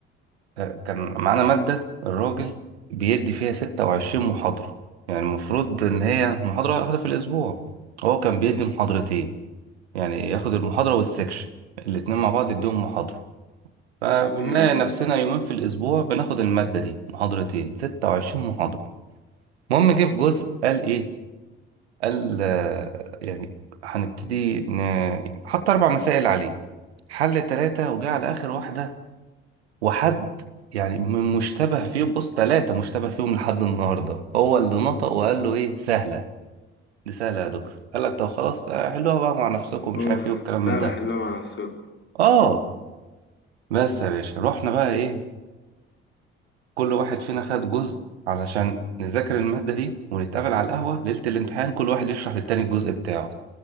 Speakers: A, on the right; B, on the left.
A: آه، كان معانا ماده الراجل بيدي فيها 26 محاضره يعني المفروض ان هي محاضره واحده في الاسبوع هو كان بيدي محاضرتين يعني ياخد المحاضرة والسكشن الاتنين مع بعض يديهم محاضرة فبنلاقي
B: امم
A: نفسنا يومين في الأسبوع بناخد المادة دي محاضرتين ستة وعشرين محاضرة المهم جه في جزء قال إيه؟ قال آه، يعني هنبتدي ن... حط أربع مسائل عليه حل تلاتة وجه على آخر واحدة وحد يعني من مشتبه فيهم بص تلاتة مشتبه فيهم لحد النهاردة هو اللي نطق وقال له إيه سهلة دي سهلة يا دكتور قال لك طب خلاص آه، حلوها بقى مع نفسكم
B: اوف
A: مش عارف إيه والكلام
B: سهلة
A: من ده
B: حلوة مع نفسكم
A: اه بس يا باشا رحنا بقى ايه كل واحد فينا خد جزء علشان نذاكر المادة دي ونتقابل على القهوة ليلة الامتحان كل واحد يشرح للتاني الجزء بتاعه